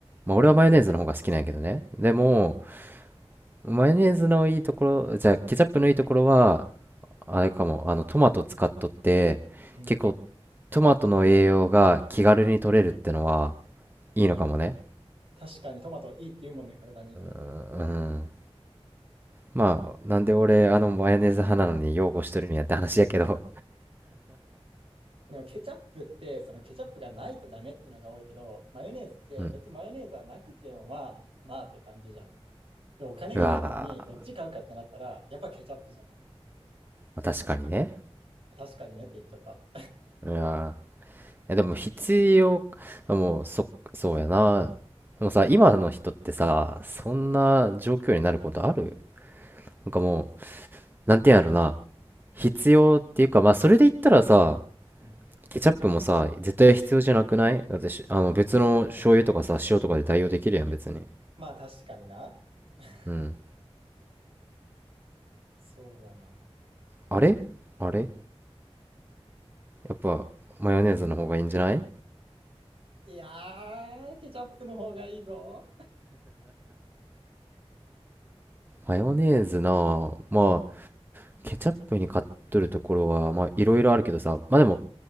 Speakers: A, on the right; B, on the right.
A: まあ俺はマヨネーズの方が好きなんやけどねでも
B: うん。
A: マヨネーズのいいところじゃあケチャップのいいところはあれかもあのトマト使っとって結構
B: うん
A: トマトの栄養が気軽に取れるってのはいいのかもね
B: 確かにトマトいいって言うもんね、体に。
A: うん
B: うん
A: まあなんで俺あのマヨネーズ派なのに擁護しとるんやって話やけど
B: でもケチャップって、そのケチャップがないとダメっていうのが多いけど、マヨネーズって別にマヨネーズはなくてもまあ、
A: うん
B: まあって感じじゃん。でお金がない時にどっち買うかってなったら、
A: うわ
B: やっぱケチャップじゃない。
A: ー確かにね
B: 確かにねって言っちゃった。
A: うんえ、でも必要、もう、そ、そうやな。でもさ、今の人ってさ、そんな状況になることあるなんかもう、なんていうんやろな。必要っていうか、まあ、それで言ったらさ、
B: <laughs> うん
A: ケチャップもさ、絶対必要じゃなくないだってしあの、別の醤油とかさ、塩とかで代用できるやん、別に。
B: まあ確かにな。<laughs>
A: うん。
B: そうだな。
A: あれあれやっぱ、マヨネーズの方がいいんじゃない
B: いやー、ケチャップの方がいいぞ。
A: マヨネーズなあ、まあ、ケチャップに買っとるところは、まあ、いろいろあるけどさ、まあでも、